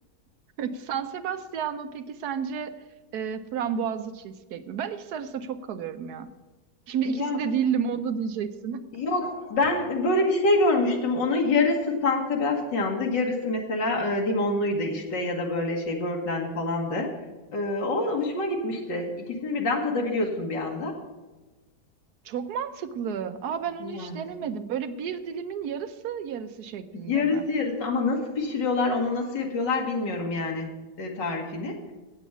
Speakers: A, on the right; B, on the left.
A: <laughs> San Sebastian mı peki sence e, frambuazlı cheesecake mi? Ben ikisi arasında çok kalıyorum ya. Şimdi
B: Yani
A: ikisi de değil limonlu diyeceksin.
B: yok ben böyle bir şey görmüştüm. Onun yarısı San Sebastian'dı. Yarısı mesela e, limonluydu işte ya da böyle şey böğürtlendi falandı. E, o hoşuma gitmişti. İkisini birden tadabiliyorsun bir anda.
A: Çok mantıklı. Aa ben onu
B: Yani.
A: hiç denemedim. Böyle bir dilimin yarısı yarısı şeklinde
B: Yarısı
A: mi?
B: yarısı ama nasıl pişiriyorlar onu nasıl yapıyorlar bilmiyorum yani e, tarifini.